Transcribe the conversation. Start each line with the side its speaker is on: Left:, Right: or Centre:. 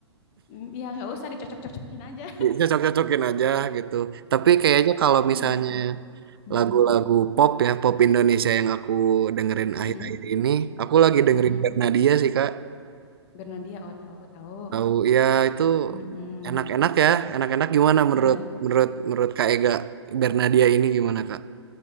Left: Mm, Iya nggak usah dicocok-cocokin aja
Right: Cocok-cocokin aja gitu. Tapi kayaknya
Left: <laughs>
Right: kalau misalnya
Left: iya Mm-mm.
Right: lagu-lagu pop ya, pop Indonesia yang aku dengerin
Left: Mm-mm.
Right: akhir-akhir ini. Aku lagi dengerin
Left: Mm-mm.
Right: Bernadia sih, Kak.
Left: Bernadia oh tahu tahu
Right: Tahu ya itu
Left: Mm-mm.
Right: enak-enak ya, enak-enak gimana menurut
Left: Iya
Right: menurut menurut Kak Ega Bernadia ini gimana, Kak?